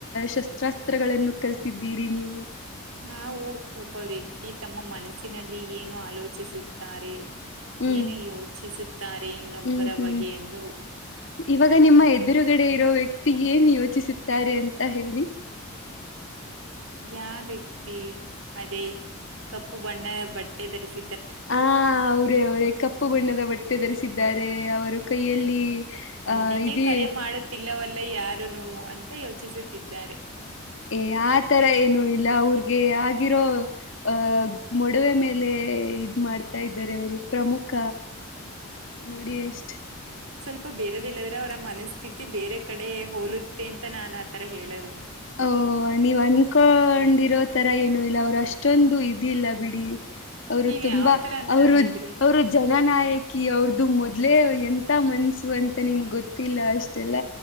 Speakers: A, on the left (about 60°); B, on the right (about 80°).
A: ಶಸ್ತ್ರಾಸ್ತ್ರ ತ್ರಗಳನ್ನು ಕಲ್ತಿದ್ದೀರಿ ನೀವು.
B: ನಾವು ಒಬ್ಬ ವ್ಯಕ್ತಿ ತಮ್ಮ ಮನಸ್ಸಿನಲ್ಲಿ ಏನು ಆಲೋಚಿಸುತ್ತಾರೆ
A: ಹ್ಮ್
B: ಏನು ಯೋಚಿಸುತ್ತ ತಾರೆ ಇನ್ನೊಬ್ಬರ
A: ಹ್ಮ್ ಹ್ಮ್
B: ಬಗ್ಗೆ ಎಂದು
A: ಇವಾಗ ನಿಮ್ಮ ಎದುರುಗಡೆ ಇರೋ ವ್ಯಕ್ತಿ ಏನ್ ಯೋಚಿಸುತ್ತಾರೆ ಅಂತ ಹೇಳಿ.
B: ಯಾ ವ್ಯಕ್ತಿ ಅದೇ ಕಪ್ಪು ಬಣ್ಣದ ಬಟ್ಟೆ ಧರಿಸ
A: ಹ ಅವರೇ ಅವರೇ ಕಪ್ಪು ಬಣ್ಣದ ಬಟ್ಟೆ ಧರಿಸಿದ್ದಾರೆ ಅವರು ಕೈಯಲ್ಲಿ
B: ನನಗೆ
A: ಅಹ ಇದೇ
B: ಕರೆ ಮಾಡುತ್ತಿಲ್ಲವಲ್ಲ ಯಾರುನು ಅಂತ ಯೋಚಿಸುತ್ತಿದ್ದಾರೆ.
A: ಏ ಆ ತರ ಏನು ಇಲ್ಲ ಅವ್ರಗೆ ಆಗಿರೋ ಅಹ ಮಡವೆ ಮೇಲೆ ಇದ್ ಮಾಡ್ತಾ ಇದ ಅರೆ ಅವರು ಪ್ರಮುಖ ನೋಡಿ ಎಷ್ಟ
B: ಅ ಬೇರೆದ ಇಲ್ಲಂದ್ರೆ ಅವರ ಮನಸ್ಥಿತಿ ಬೇರೆ ಕಡೆ ಹೋಲುತ್ತೆ ಅಂತ ನಾನ್ ಆತರ ಹೇಳೋದು.
A: ಓ ನೀವ್ ಅನ್ಕೊಂಡಿರೋ ತರ ಏನು ಇಲ್ಲ ಅವರು ಅಷ್ಟೊಂದು ಇದಿಲ್ಲ ಬಿಡಿ. ಅವರು
B: ನೀವ್
A: ತುಂಬಾ
B: ಯಾವ ತರ ಅನ್ಕೊಂಡಿದ್ರಿ
A: ಅವರು ಅವರು ಜನನಾಯಕಿ ಅವ್ರದ್ದು ಮೊದ್ಲೆೇ ಎಂತ. ಮನ್ಸು ಅಂತ ನಿಮ್ಗೆ ಗೊತ್ತಿಲ್ಲ ಅಷ್ಟೆಲ್ಲ.